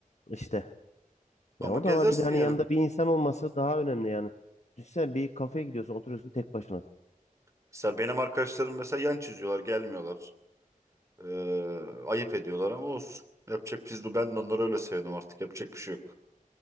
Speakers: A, on the left (about 50°); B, on the right (about 20°).
A: İşte.
B: ama
A: Ya o
B: gezersin
A: da var. Bir de hani
B: yani.
A: yanında bir insan olması daha önemli yani. Düşünsene bir kafeye gidiyorsun oturuyorsun tek başına.
B: Mesela benim arkadaşlarım mesela yan çiziyorlar, gelmiyorlar. Ee, ayıp ediyorlar ama olsun. Yapacak biz de ben de onları öyle sevdim artık. Yapacak bir şey yok.